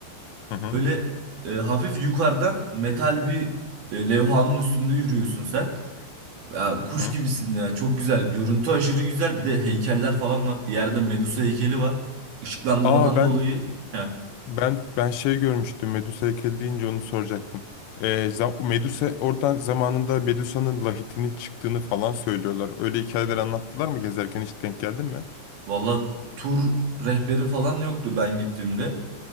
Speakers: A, on the left (about 85°); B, on the right (about 60°).
A: hı hı.
B: Böyle e, hafif yukarıdan metal bir e, levhanın üstünde yürüyorsun sen. Ya, kuş
A: hı.
B: gibisin ya çok güzel. Görüntü aşırı güzel. Bir de heykeller falan var. Bir yerde Medusa heykeli var. Işıklandırmadan
A: Aa ben
B: dolayı. Heh,
A: Ben ben şey görmüştüm Medusa heykeli deyince onu soracaktım. Ee, za- Medusa oradan zamanında Medusa'nın lahitini çıktığını falan söylüyorlar. Öyle hikayeler anlattılar mı gezerken hiç denk geldin mi?
B: valla tur rehberi falan yoktu ben gittiğimde.